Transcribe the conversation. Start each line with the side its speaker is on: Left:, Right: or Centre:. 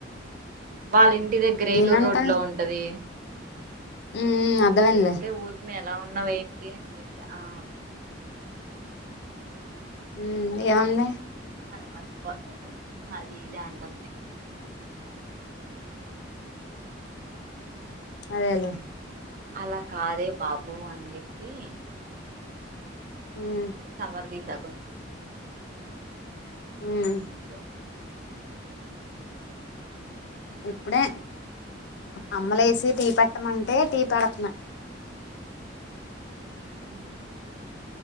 Right: వాళ్ళిం ఇంటి దగ్గర
Left: నేనంట
Right: ఎలూరు రోడ్ లో ఉంటది
Left: ఉమ్ ఉమ్ అర్థమైందిలే
Right: ఏం లె ఊరుకి మేము ఎలా ఉన్నావ ఏటి అని చెప్ప ఆ
Left: ఉ ఎమంది
Right: పపో అదిదంటన్న
Left: అదేలే
Right: అలా కాదే బాబు అని చెప్పి
Left: ఉమ్
Right: సవర్ది స
Left: హమ్
Right: అంతే
Left: ఇప్పుడే అమ్మలు వేసి టీ పెట్టమంటే టీ పెడుతున్నా
Right: అ